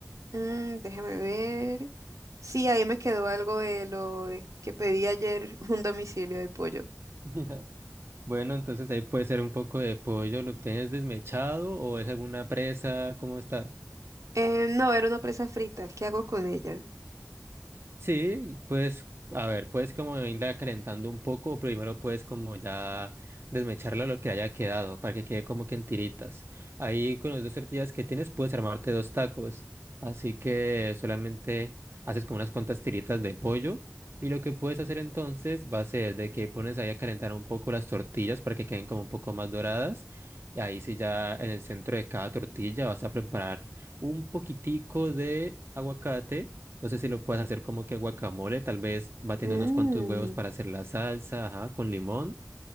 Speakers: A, on the right; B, on the right.
A: Mm, déjame ver. Sí, ahí me quedó algo de lo de que pedí ayer, <laughs> un domicilio de pollo.
B: <laughs> Bueno, entonces ahí puede ser un poco de pollo, ¿lo obtienes desmechado o es alguna presa? ¿Cómo está?
A: Eh, no, era una presa frita. ¿Qué hago con ella?
B: Sí, pues, a ver, puedes como irla calentando un poco, o primero puedes como ya desmecharla lo que haya quedado, para que quede como que en tiritas. Ahí con las dos tortillas que tienes puedes armarte dos tacos, así que solamente haces como unas cuantas tiritas de pollo, y lo que puedes hacer entonces va a ser de que pones ahí a calentar un poco las tortillas para que queden como un poco más doradas, y ahí sí ya en el centro de cada tortilla vas a preparar un poquitico de aguacate no sé si lo puedes hacer como que guacamole, tal vez batiendo
A: Mm.
B: unos cuantos huevos para hacer la salsa, ajá, con limón.